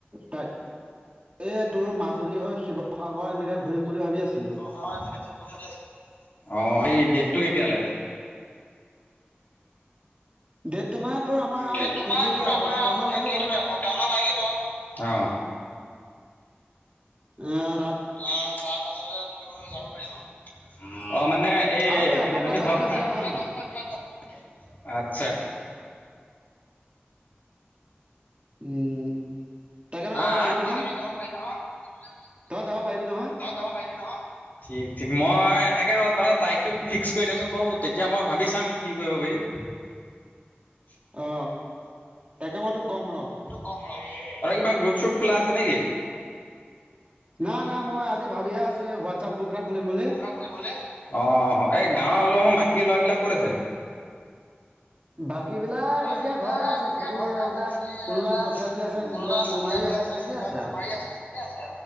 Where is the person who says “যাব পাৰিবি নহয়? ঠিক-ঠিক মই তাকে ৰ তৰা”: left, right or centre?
Left